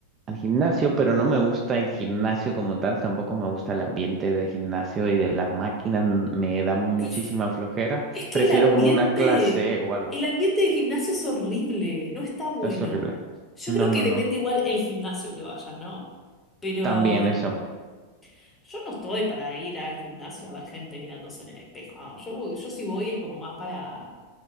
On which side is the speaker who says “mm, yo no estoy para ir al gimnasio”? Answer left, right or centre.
Left